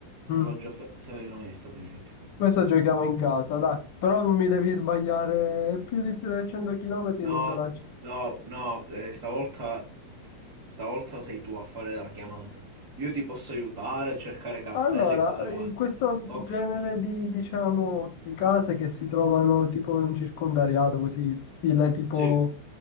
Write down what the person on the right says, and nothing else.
Quello giapponese... Siamo negli Stati Uniti.
No,
no, no, eh, stavolta, stavolta sei tu a fare la chiamata. Io ti posso aiutare a cercare cartelle
e cose varie.
Ok,
sì,